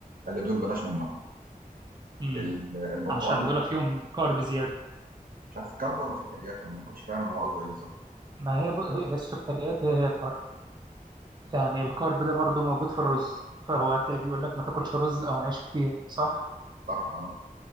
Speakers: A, on the right; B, on the right.
A: قال لي دول بلاش منهم
B: مم.
A: ال- البرتقال
B: عشان دول فيهم كارب زيادة.
A: مش عارف كرب ولا سكريات انا ما كنتش فاهم هو قصده ايه بالظبط
B: ما هي ب... هي هي السكريات هي هي كارب يعني الكارب ده برضه موجود في الرز فهو هتلاقي بيقول لك ما تاكلش رز او عيش كتير صح
A: صح اه